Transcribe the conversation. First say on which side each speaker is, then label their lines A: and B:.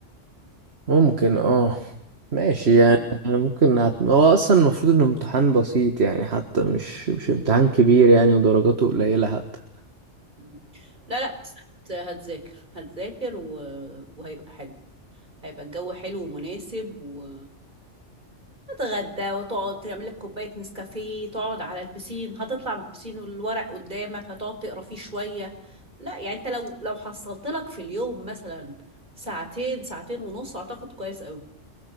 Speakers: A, on the right; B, on the right.
A: ممكن اه ماشي يعني
B: مم.
A: أنا ممكن أعت- هو اصلا المفروض انه امتحان بسيط يعني حتى مش مش امتحان كبير يعني ودرجاته قليلة حتى
B: مم. لا لا بس هت... هتذاكر هتذاكر و... وهيبقى حلو هيبقى الجو حلو ومناسب و... تتغدى وتقعد تعمل لك كوباية نسكافيه تقعد على البسين هتطلع من البسين والورق قدامك هتقعد تقرا فيه شوية لا يعني انت لو لو حصلت لك في اليوم مثلا ساعتين ساعتين ونص اعتقد كويس قوي